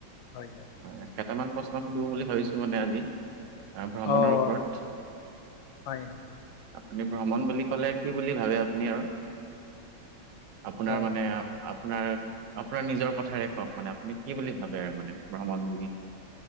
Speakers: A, on the left (about 75°); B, on the right (about 60°).
A: হয় হয়
B: অঁ কেইটামান প্ৰশ্ন সুধো বুলি ভাবিছোঁ মানে আজি। আ ভ্ৰমণৰ
A: অ'
B: ওপৰত।
A: হয়
B: আপুনি ভ্ৰমণ বুলি ক'লে কি বুলি ভাৱে আপুনি আৰু? আপোনাৰ
A: অ'
B: মানে আও? আপোনাৰ আপোনাৰ নিজৰ কথাৰে কওক মানে আপুনি কি বুলি ভাৱে মানে ভ্ৰমণ বুলি